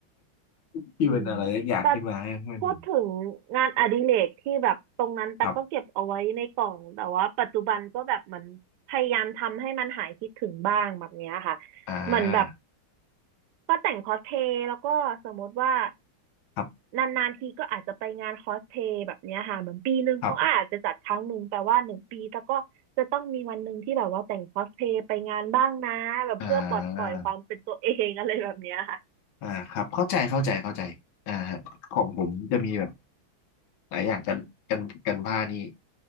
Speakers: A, on the left; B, on the right.
A: ที่เป็นอะไรสักอย่างขึ้นมาให้มัน
B: อืมแต่พูดถึงงานอดิเรกที่แบบตรงนั้นตั๊กก็เก็บเอาไว้ในกล่องแต่ว่าปัจจุบันก็แบบเหมือนพยายามทำให้มันหายคิดถึงบ้างแบบเนี้ยค่ะ
A: ครับอ่า
B: เหมือนแบบ ก็แต่งคอสเพลย์แล้วก็สมมติว่า
A: ครับ
B: นานๆทีก็อาจจะไปงานคอสเพลย์แบบเนี้ยค่ะเหมือนปีหนึ่งเขาอาจจะจัดครั้งหนึ่งแต่ว่าหนึ่งปีแล้วก็จะต้องมีวันหนึ่งที่แบบว่าแต่งคอสเพลย์ไปงานบ้างนะแบบเพื่อปลดปล่อยความเป็นตัวเอง
A: ครับอ่า
B: <laughs> อะไรแบบเนี้ยค่ะ
A: อ่าครับเข้าใจเข้าใจเข้าใจอ่าของผมจะมีแบบ หลายอย่างกันกันกันผ้านี่